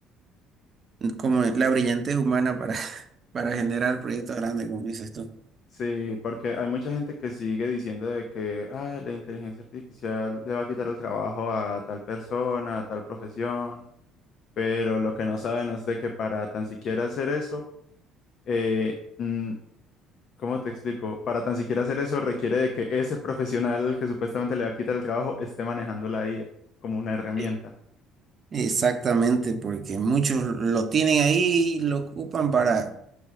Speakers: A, on the right; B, on the left.
A: como la brillantez humana para, <laughs> para generar proyectos grandes, como dices tú.
B: Sí, porque hay mucha gente que sigue diciendo de que "Ah, la inteligencia artificial le va a quitar el trabajo a tal persona, a tal profesión, pero lo que no saben es de que para tan siquiera hacer eso, eh, mm, ¿cómo te explico? Para tan siquiera hacer eso requiere de que ese profesional que supuestamente le va a quitar el trabajo esté manejando la IA como una herramienta.
A: Eh, Exactamente, porque muchos lo tienen ahí y lo ocupan para,